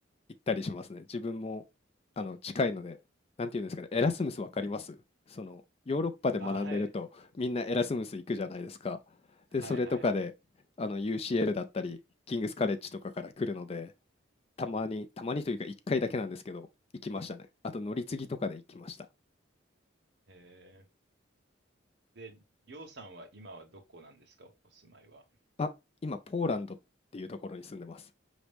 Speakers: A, on the left; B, on the right.
A: 行ったりしますね。自分も、あの、近いので、なんていうんですかね、エラスムスわかります？その、ヨーロッパで学んでると、
B: あ、はい。
A: みんなエラスムス行くじゃないですか。で、
B: はいはいはい。
A: それとかで、あの、UCL だったり、キングスカレッジとかから来るので、たまにたまにというか1回だけなんですけど、行きましたね。あと乗り継ぎとかで行きました。
B: えー、で、りょうさんは今はどこなんですか、お住まいは。
A: あ、今、ポーランドっていうところに住んでます。